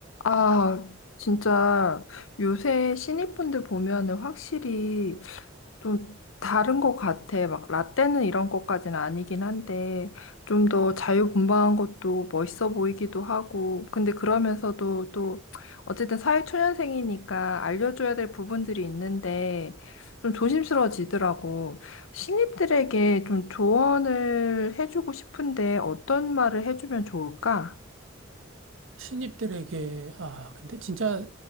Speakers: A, on the left; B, on the right.
A: 아, 진짜 요새 신입분들 보면은 확실히 좀 다른 것 같아. 막 라떼는 이런 것까지는 아니긴 한데 좀 더 자유분방한 것도 멋있어 보이기도 하고. 근데 그러면서도 또 어쨌든 사회초년생이니까 알려줘야 될 부분들이 있는데 좀 조심스러워지더라고. 신입들에게 좀 조언을 해주고 싶은데 어떤 말을 해주면 좋을까?
B: 신입들에게 아 근데 진짜